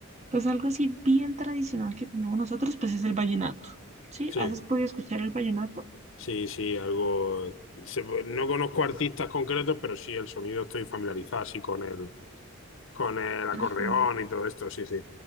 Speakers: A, on the right (about 30°); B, on the left (about 65°).
A: pues algo así bien tradicional que tenemos nosotros, pues es el vallenato, ¿sí?
B: Sí,
A: ¿Has podido escuchar el vallenato?
B: sí, sí, algo... se- No conozco artistas concretos, pero sí el sonido estoy familiarizado, así con el, con el acordeón
A: Ajá.
B: y todo esto, sí, sí.